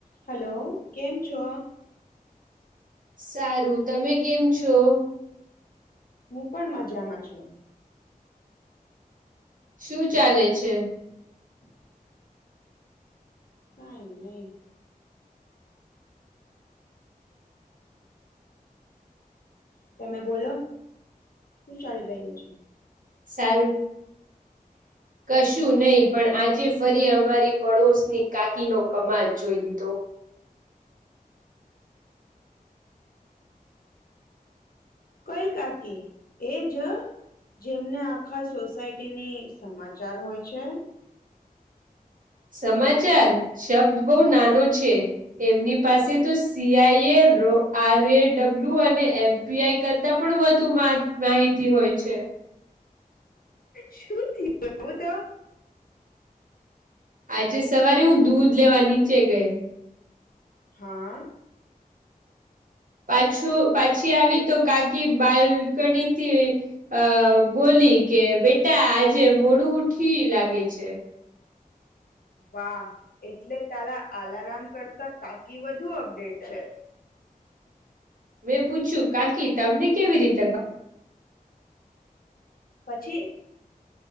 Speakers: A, on the left; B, on the right.
A: હાલો કેમ છો?
B: સારુ તમે કેમ છો?
A: હું પણ મજામાં છુ
B: શુ ચાલે છે?
A: <inaudible> કાઈ નય તમે બોલો શું ચાલી રહ્યું છે?
B: સારું.
A: <inaudible>
B: કશું નઈ પણ આજે ફરી અમારી પડોશની કાકીનો કમાલ જોઈ લીધો
A: કઈ કાકી એ જ જેમને આખા સોસાયટીની સમાચાર હોય છે.
B: સમાચાર શબ્દ બો નાનો છે. એમની પાસે તો CI A row R A W અને એફબીઆઈ કરતા પણ વધુ માટ મા માહિતી હોય છે.
A: શું થીયુ <unintelligible> તો
B: આજે સવારે હું દૂદ લેવા નીચે ગઈ
A: હાં.
B: પાછું પાછી આવી તો કાકી બાલકનીથી અ બોલી કે બેટા આજે મોડું ઉઠી લાગે છે.
A: વાહ એટલે તાલા આલારમ કરતા કાકી વધુ અપડેટ છે.
B: મેં પૂછ્યું કાકી તમને કેવી રીત
A: પછી